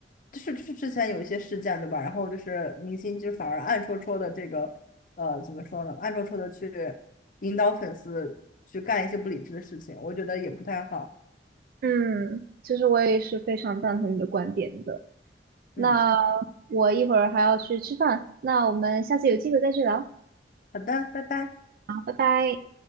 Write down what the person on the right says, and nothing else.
嗯，其实我也是非常赞同你的观点的。那
我一会儿还要去吃饭，那我们下次有机会再去聊，好，
拜拜。